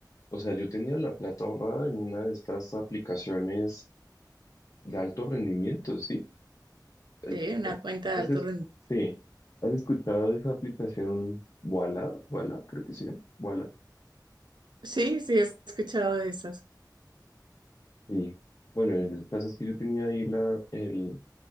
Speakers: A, on the left (about 45°); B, on the right (about 85°).
A: O sea, yo tenía la plata ahorrada en una de estas aplicaciones de alto rendimiento, ¿sí? Eh,
B: Sí, una
A: ¿Has,
B: cuenta de
A: has
B: alto
A: es-
B: rendimiento.
A: sí, ¿has escuchado de esa aplicación Wala? Wala, creo que sí, Wala.
B: Sí, sí, he escuchado de esas.
A: Y bueno, el caso es que yo tenía ahí la, el,